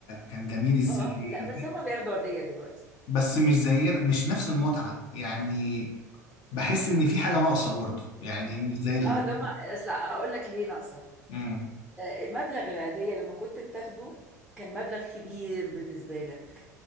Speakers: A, on the left; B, in the centre.
A: كان جميل ازاي
B: اه لا بس هما بياخدوا عيدية دلوقتي
A: بس مش زينا مش نفس المتعة يعني بحس ان في حاجة ناقصة برضو يعني مش زي ال...
B: اه اللي هما اصل اقول لك ليه ناقصة
A: مم.
B: آه، مبلغ العيدية لما كنت بتاخده كان مبلغ كبير بالنسبة لك